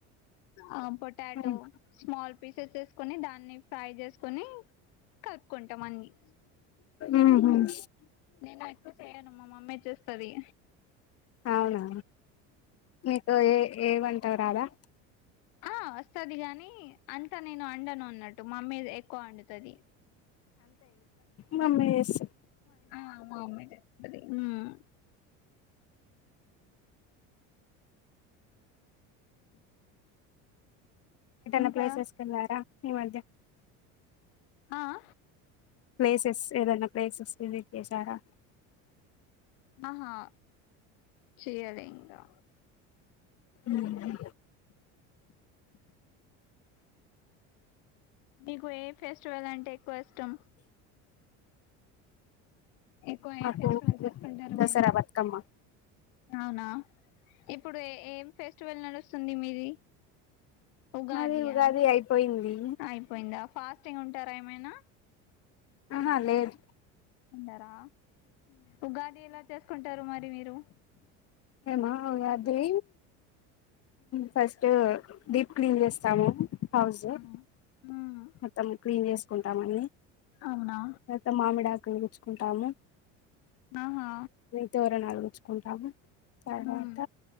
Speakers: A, on the left (about 75°); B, on the left (about 40°).
A: ఆ పొటాటో
B: ఉమ్,
A: స్మాల్ పీసెస్ ఏసుకొని దాన్ని ఫ్రై చేసుకొని కలుపుకుంటాం అండి
B: ఉమ్, ఉమ్.
A: నేను ఎక్కువ్ చేయను మా మామ్మే సది
B: అవునా మీకు ఏ ఏ వాంట్ టం రాదా
A: ఆ వస్తాది గానీ అంత నేను అండను అన్నట్టు. మామ్మీ ది ఎక్కువ అండుతది.
B: మమ్మే చేస్
A: ఆ మమ్మె చేస్ తది ఉహ్మ్
B: ఎటనా
A: ఇంకా
B: ప్లేసెస్ కేళ్ళారా ఈ మధ్య
A: ఆ ఆ
B: ప్లేసెస్ ఏదైనా ప్లేసెస్ కెళ్ళి ఏసారా
A: ఆహా చే్యాలే ఇంకా
B: ఉహ్మ్
A: మీకు ఏ ఫెస్టివల్ అంటే ఎక్కువ ఇష్టం. ఎక్కువ
B: మాకు
A: ఏ ఫెస్టివల్ చేసుకుంటారు.
B: దసరా
A: మీరు
B: బతుకమ్మ
A: అవునా ఇప్పుడు ఏం ఫెస్ట్ ట్వెల్ నాడుస్తుంది. మీది ఉగాదియా
B: మరి ఉగాది
A: అనుకున్
B: అయిపోయింది
A: అయిపోయిందా. ఫాస్టింగ్ ఉంటారా ఏమైనా
B: ఆహా లేదు
A: అన్నారా ఉగాది ఎలా చేసుకుంటారు మరి మీరు
B: మేము ఉగాది ఫస్ట్ డీప్ క్లీన్ చేస్తాము హవు సార్
A: ఆ మ్మ్
B: మొత్తం క్లీన్ చేసుకుంటాం అన్ని
A: అవునా
B: తర్వాత మామిడి ఆకులు గుచ్చుకుంటాము
A: ఆహా
B: తోరణాలు గుుచ్చుకుంటాము తర్వాత
A: మ్మ్